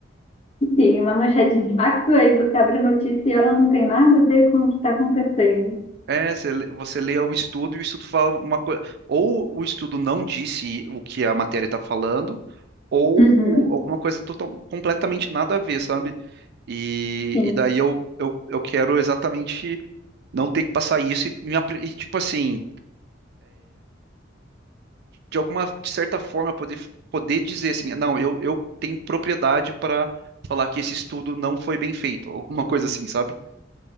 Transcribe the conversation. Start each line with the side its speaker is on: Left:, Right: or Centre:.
Left: Sim, uma manchete de impacto, aí você abre a notícia e ela não tem nada a ver com o que está acontecendo.
Right: É, você, lê- você lê o estudo e o estudo fala uma coisa. Ou o estudo não disse o que a matéria está falando, ou
Left: Uhum,
Right: alguma coisa total, completamente nada a ver, sabe? E,
Left: sim.
Right: e daí eu, eu, eu quero exatamente não ter que passar isso e, me apli- e, tipo assim, de alguma, de certa forma, poder, poder dizer assim, não, eu, eu tenho propriedade para falar que esse estudo não foi bem feito, alguma coisa assim, sabe?